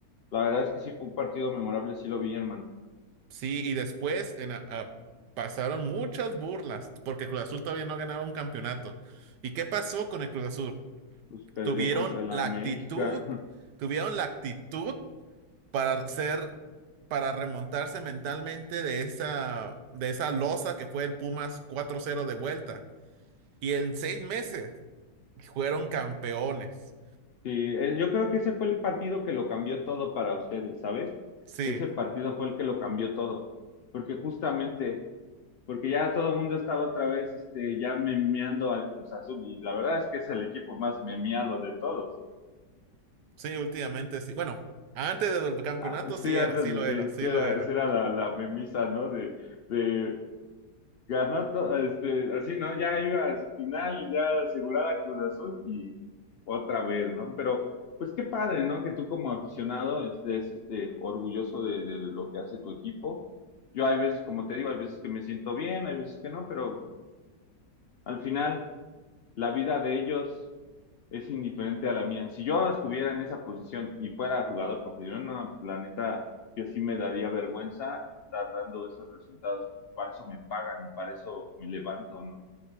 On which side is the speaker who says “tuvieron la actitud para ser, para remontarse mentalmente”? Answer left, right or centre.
Right